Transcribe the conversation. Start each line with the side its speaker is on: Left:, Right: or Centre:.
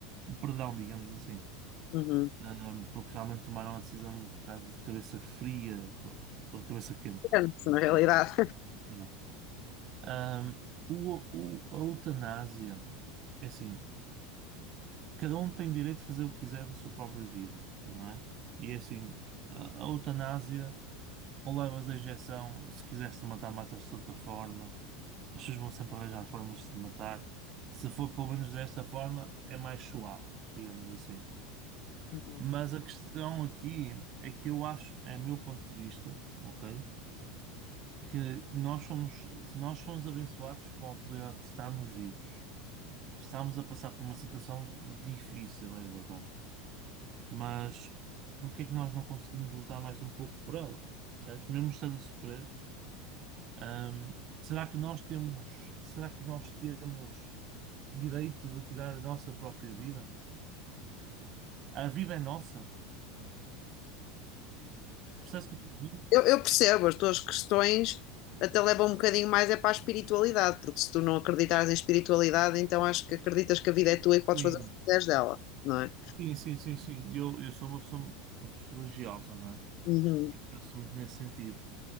Right: um perdão, digamos assim.
Left: uhum.
Right: Ahm, porque realmente tomaram a decisão um bocado de cabeça fria, pronto, ou de cabeça quente.
Left: Depende,
Right: Muito
Left: na realidade.
Right: bem. Yeah. Ahm, o, o- a eutanásia, é assim, cada um tem direito de fazer o que quiser da sua própria vida, não é? E é assim, a, a eutanásia, ou levas a injeção, se quiseres te matar, matas de outra forma, as pessoas vão sempre arranjar formas de te matar. Se for pelo menos desta forma, é mais suave, digamos assim.
Left: <laughs>
Right: Mas a questão aqui é que eu acho, é meu ponto de vista, ok? Que nós somos, nós somos abençoados com a oportunidade de estarmos vivos. Estamos a passar por uma situação difícil, é verdade. Mas por que é que nós não conseguimos lutar mais um pouco por ela? Percebes? Mesmo estando a sofrer, hum, será que nós temos, será que nós temos direito de tirar a nossa própria vida? Percebes? A vida é nossa. Percebes o que eu estou a dizer?
Left: Eu, eu percebo, as tuas questões até levam um bocadinho mais é para a espiritualidade, porque se tu não acreditares em espiritualidade, então acho que acreditas que a vida é tua e podes
Right: Sim.
Left: fazer o que quiseres dela, não é?
Right: Sim, sim, sim, sim. Eu, eu sou uma pessoa pronto, religiosa, não é?
Left: Uhum,
Right: E penso muito nesse sentido.